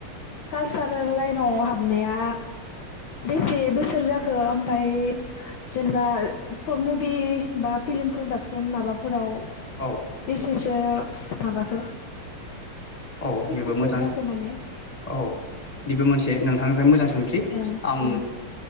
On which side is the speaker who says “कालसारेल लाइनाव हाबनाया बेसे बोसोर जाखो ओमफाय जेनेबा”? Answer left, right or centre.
Left